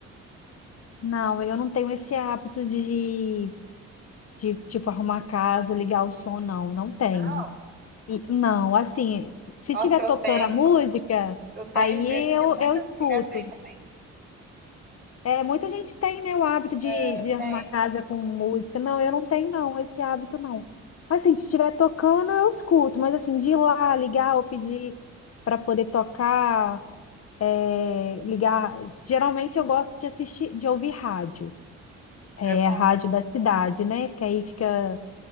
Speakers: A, on the left; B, on the right.
A: não, eu não tenho esse hábito de, de, tipo, arrumar a casa, ligar o som, não, não tenho.
B: Não.
A: E, não, assim, se
B: Nossa,
A: tiver
B: eu
A: tocando
B: tenho,
A: a música,
B: eu tenho
A: aí
B: e vejo
A: eu,
B: que muitas
A: eu escuto.
B: mulheres têm também.
A: É, muita gente tem, né, o hábito de,
B: É,
A: de arrumar
B: tem.
A: casa com música. Não, eu não tenho, não, esse hábito não. Assim, se estiver tocando, eu escuto, mas assim, de ir lá, ligar ou pedir para poder tocar, é, ligar. Geralmente eu gosto de assistir, de ouvir rádio, é,
B: É bom.
A: a rádio da cidade, né? Que aí fica,